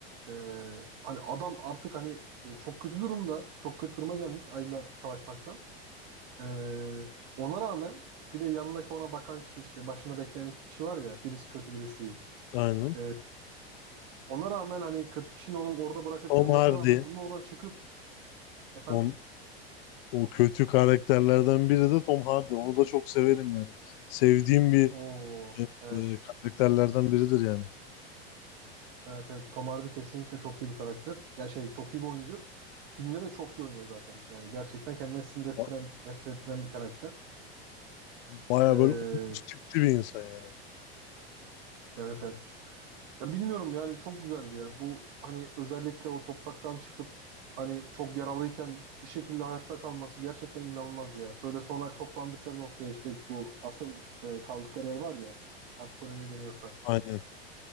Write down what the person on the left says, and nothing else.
Aynen.
Tom
Hardy
on, o kötü karakterlerden biri de Tom Hardy. Onu da çok severim yani. Sevdiğim bir
e,
e, karakterlerden biridir yani.
Ba-
Bayağı
böyle uç tipli bir insan yani.
Aynen.